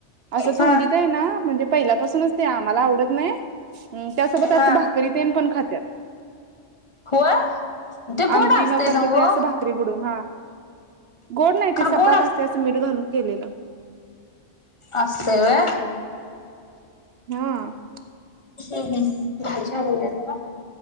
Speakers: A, on the right; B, on the left.
A: असं
B: हा
A: थंडीत आहे ना, म्हणजे पहिल्यापासूनच ते आम्हाला आवडत नाय. ह त्यासोबत
B: हा
A: असं भाकरी तेन पण खात्यात.
B: होय. तेे गोड
A: आमटी
B: असते
A: न करता
B: ना वो.
A: ते असं भाकरी बुडून हा. गोड नाही
B: खरं
A: ते सपाक
B: गोड
A: असते असं मीठ घालून केलेलं.
B: असते वय.
A: हा.
B: मिटं. घाई लवल्या जरा.